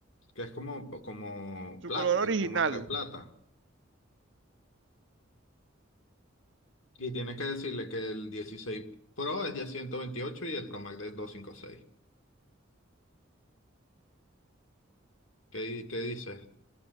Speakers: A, on the left; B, on the right.
A: Que es como, como
B: Su
A: plata,
B: color original,
A: como entre plata. Y tienes que decirle que el 16 Pro es de 128 y el Pro Max de doscientos cincuenta y seis ¿Qué, di- qué dices?